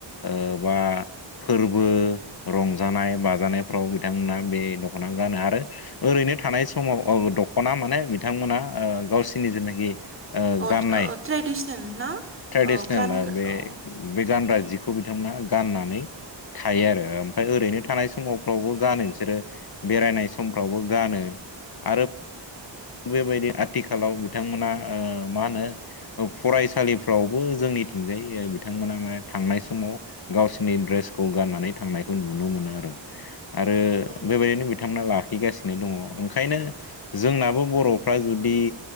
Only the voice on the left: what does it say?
ओ बा फोर बो रंजानाय बाजानायफ्राव बिथांमोना बे दख'ना गानो आरो ओरैनो थानाय समाव दख'ना माने बिथांमोना गावसिनि जेनाखि
गाननाय
ट्रेडिसनेल
बे
गानग्रा जिखौ बिथांमोना गाननानैव। थायो आरो ओमफ्राय ओरैनो थानाय समावफ्रावबो गानो बिसोरो बेरायनाय समफ्रावबो गानो। आरो बेबायदि आथिखालाव बिथांमोना ओ मा होनो फरायसालिफ्रावबो जोंनि। थिंजाय बिथांमोना माने थांनाय समाव गावसिनि ड्रेसखौ गाननानै थांनायखौ नुनो मोनो। आरो
बेबायदिनो बिथांमोना लाखिगासिनो दंङो ओंखायनो जोंनाबो। बर'फ्रा जुदि